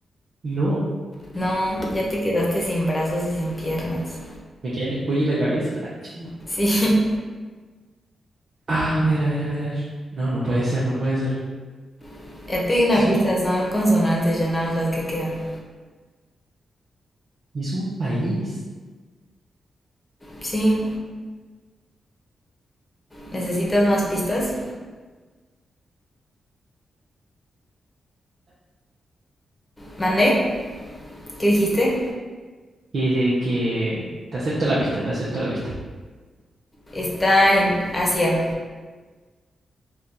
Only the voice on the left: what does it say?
no, ya te quedaste sin brazos y sin piernas.
Sí,
<laughs> ya te di una
pista,
son consonantes, ya nada más las que quedan.
Sí, ¿necesitas más pistas? ¿Mandé? ¿Qué dijiste?
Está en Asia.